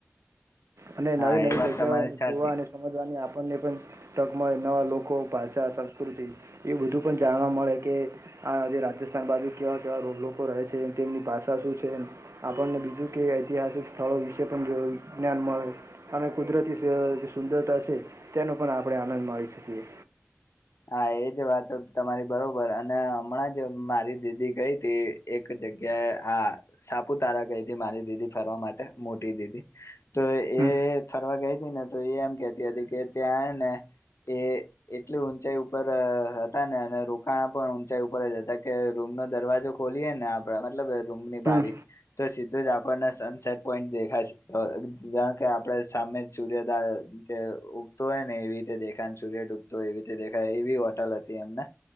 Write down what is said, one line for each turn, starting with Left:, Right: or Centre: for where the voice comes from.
Right: અને નવી-નવી
Left: હા એ વાત
Right: જગ્યાઓને
Left: તમારી સાચી
Right: જોવા અને સમજવાની આપ પન ને પણ તક મળે નવા લોકો ભાષા સંસ્કૃતિ એ બધું પણ જાણવા મળે કે આ આજે રાજસ્થાન બાજુ કેવા કેવા રોડ લોકો રહે છે. છે. તેમની પાછા શું છે? આપણને બીજું કે ઐતિહાસિક સ્થળો વિશે પણ જો જ્ઞાન મ અને કુદરતી સ-સુંદરતા છે. તેનો પણ આપણે આનંદ માણી શકીએ.
Left: હા એજ વાત તો તમારી બરોબર અને હમણાં જે મારી દીદી ગઈ તી એક જગ્યાએ આ સા આપુતારા ગઈ તી મારી દીદી ફરવા માટે મોટી દીદી તો
Right: હમ
Left: એ ફરવા ગઈ ને તો એ એમ કેતી હતી. કે ત્યાં ને એ એટલી ઊંચાઈ ઉપર અહ હતા ને અને રોકાણ પણ ઊંચાઈ ઉપર જ હતા કે રૂમ નો દરવાજો ખોલીએ ને આપ બરા મતલબ રૂમની
Right: હમ
Left: બારી તો સીધું જ આપણને સનસેટ પોઈન્ટ દેખાશે. તો ધારણ કે આપડે સામે સૂર્ય દા જે ઉગતો હોય ને એવી રીતે દેખાય સૂર્ય ઉગતો એવી રીતે દેખાય એવી હોટલ હતી એમને